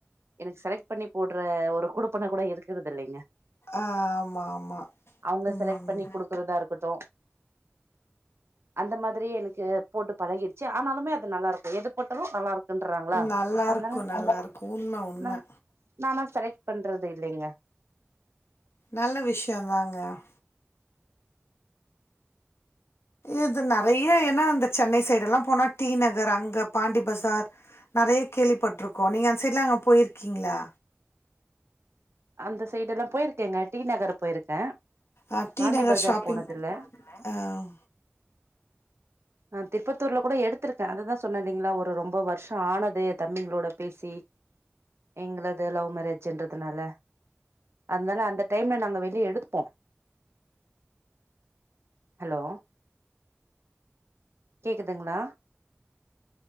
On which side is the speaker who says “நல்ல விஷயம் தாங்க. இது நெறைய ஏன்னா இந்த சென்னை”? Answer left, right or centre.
Left